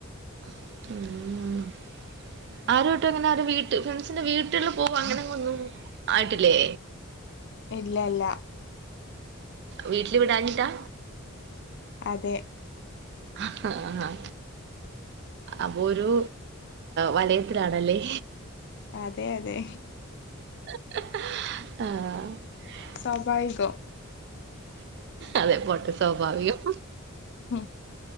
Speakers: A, on the right; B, on the left.
A: <unintelligible> ആരുവയിട്ടും അങ്ങനെ ആ വീട്ട് ഫ്രണ്ട്സിന്റെ വീട്ടിലിൽ പോക അങ്ങനെ ഒന്നും ആയിട്ടില്ലേ
B: ഇല്ല ഇല്ല
A: വീട്ടില് വിടാനിട്ടാ
B: അതെ
A: ആഹ് ആഹ് അപ്പൊ ഒരു വലയത്തിലാണല്ലേ
B: അതെ അതെ
A: ആഹ
B: സ്വഭാവികം
A: അതെ പോട്ട് സ്വാഭാവികം
B: ഉം